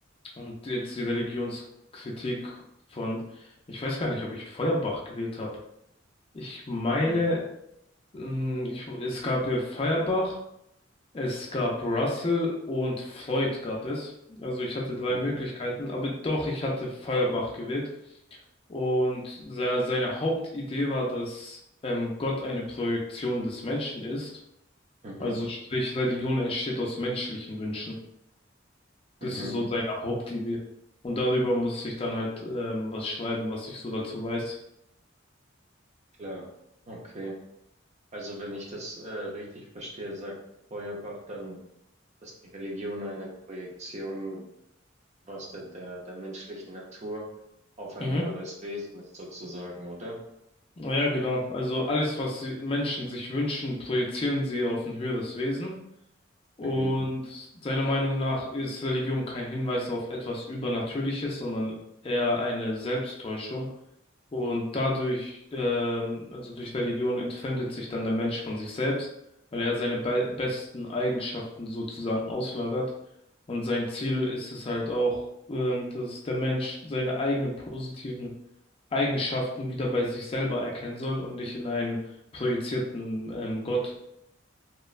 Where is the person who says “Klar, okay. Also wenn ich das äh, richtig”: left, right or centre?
Right